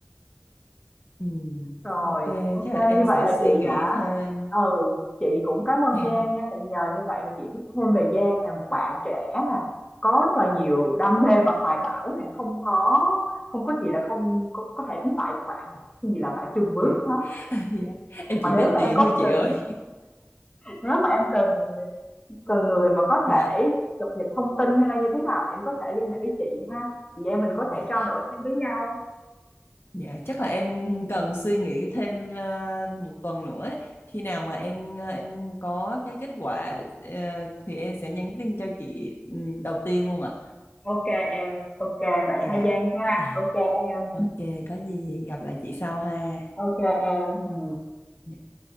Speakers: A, on the left (about 60°); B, on the left (about 25°).
A: Ừm,
B: Rồi,
A: ok,
B: ok
A: chắc là em
B: như vậy
A: sẽ
B: là
A: suy
B: chị
A: nghĩ
B: đã
A: thêm.
B: ừ, chị cũng cảm ơn
A: <laughs>
B: Giang nha, tại nhờ như vậy mà chị biết thêm về Giang là một bạn trẻ nè, có rất là nhiều đam mê và hoài bão này, không có không có gì là không có có thể đánh bại được bạn này, cái gì làm bạn chùn bước
A: Dạ.
B: hết.
A: Dạ. Em chỉ
B: Mà nếu
A: mê tiền
B: mà em có
A: thôi chị
B: cần
A: ơi.
B: nếu mà em cần cần người mà có thể
A: Dạ,
B: cập nhật thông tin hay là như thế nào thì em có thể liên hệ với chị ha. Chị em mình có thể
A: dạ,
B: trao đổi thêm với nhau.
A: dạ chắc là em
B: Ừ.
A: cần suy nghĩ thêm ờ, một tuần nữa ấy. Khi nào mà em ờ, em có cái kết quả ờ, thì em sẽ nhắn tin cho chị ừ, đầu tiên luôn ạ.
B: Ok em, ok vậy
A: Dạ.
B: ha Giang ha.
A: Ờ,
B: Ok em.
A: Ok, có gì gặp lại chị sau ha.
B: ok em ừ.
A: Dạ.